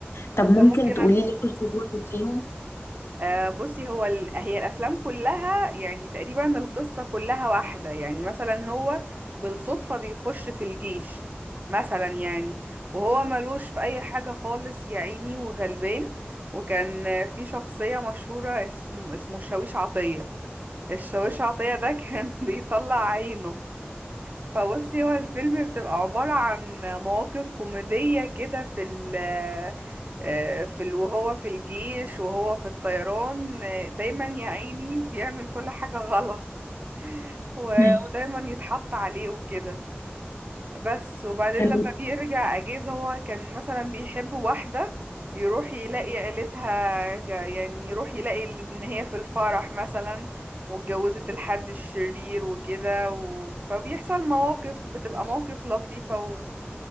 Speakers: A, on the left (about 80°); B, on the right (about 45°).
A: طب
B: بس
A: ممكن
B: ممكن
A: تقولي لي قصه واحد فيهم
B: آه، بصي هو ال... هي الافلام كلها يعني تقريبا القصه كلها واحده يعني مثلا هو بالصدفه بيخش في الجيش مثلا يعني وهو ملوش في اي حاجه خالص يا عيني وغلبان وكان آه، في شخصيه مشهوره اسم... اسمه الشاويش عطيه الشاويش عطيه ده كان <laughs> بيطلع عينه فبصي هو الفيلم بتبقى عبارة عن مواقف كوميدية كده في ال آه، في ال وهو في الجيش وهو في الطيران آه، دايما يا عيني بيعمل كل حاجة غلط و-
A: <laughs>
B: ودايما يتحط عليه وكده بس وبعدين
A: انا
B: لما بيرجع اجازة هو كان مثلا بيحب واحدة يروح يلاقي عيلتها جا- يعني يروح يلاقي ان هي في الفرح مثلا واتجوزت الحد الشرير وكده و... فبيحصل مواقف بتبقى مواقف لطيفة و...